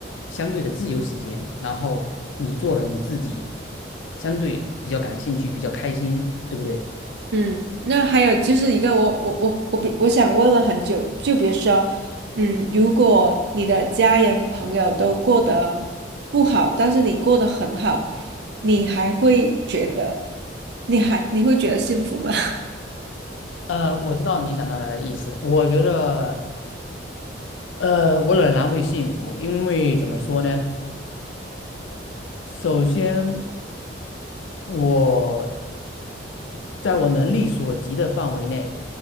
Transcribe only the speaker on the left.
相对的自由时间，然后你做了你自己相对比较感兴趣、比较开心，对不对？
呃，我知道你想表达的意思。我觉得，呃，我仍然会幸福，因为怎么说呢？首先，我在我能力所及的范围内，